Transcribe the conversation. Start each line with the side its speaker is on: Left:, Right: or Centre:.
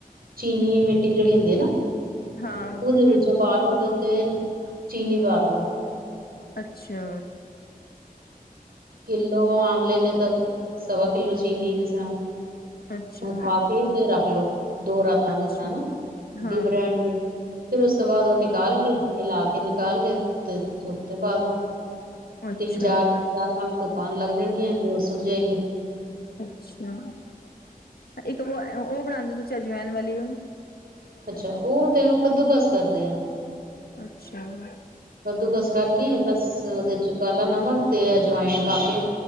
Right: ਚੀਨੀ ਮ ਰੋਟੀ ਜਿਹੜੀ ਹੁੰਦੀ ਹੈ ਨਾ,
Left: ਹਾਂ
Right: ਉਹਦੇ
Left: ਹਾਂ
Right: ਵਿੱਚੋਂ ਪਾਲੋ ਦੇ ਤੇ, ਚੀਨੀ ਪਾ ਦੋ
Left: ਅੱਛਾ,
Right: ਕਿੱਲੋ ਆਮਲੇ ਨੇ ਤਾਂ ਸਵਾ ਕਿੱਲੋ ਚੀਨੀ ਜਿਸ ਤਰ੍ਹਾਂ,
Left: ਅੱਛਾ,
Right: ਉਹ ਪਾ ਕੇ, ਤੇ ਰੱਖ ਲੋੋ। ਦੋ ਰਾਤਾਂ
Left: ਅੱਛਾ
Right: ਜਿਸ ਤਰ੍ਹਾਂ ਨਾ,
Left: ਹਾਂ-ਹਾਂ
Right: ਡਿਬ ਰਹਿਣਗੇ, ਫੇਰ ਉਸ ਤੋਂ ਬਾਅਦ ਉਹ ਨਿਕਾਲ ਗਏ, ਹਿਲਾ ਕੇ ਕਾਲ <unintelligible> ਧੁੱਪ ਤੇ ਪਾ ਦੋ,
Left: ਅੱਛਾ,
Right: ਤਿੰਨ ਚਾਰ ਚਾਰ ਪੰਜ ਧੁੱਪ ਆਂ ਲੱਗ ਜਾਣਗੀਆਂ, ਤੇ ਉਸ ਸ਼ੁਕ ਜਾਏਗੀ ਜੀ।
Left: ਅੱਛਾ ਇੱਕ ਉਹ, ਉਹ ਬਣਾਦੇ ਤੁਸੀਂ ਜਾਏ ਜਵੈਨ, ਵਾਲੀ ਔ।
Right: ਅੱਛਾ, ਉਹ ਤੇ ਕੱਦੂ ਕਸ ਕਰਦੇ ਆ।
Left: ਅੱਛਾ
Right: ਕੱਦੂ ਕਸ ਕਰਕੇ ਬਸ ਉਹਦੇ ਚ ਕਾਲਾ ਨਮਕ ਤੇ ਅਜਵਾਇਨ ਪਾ ਕੇ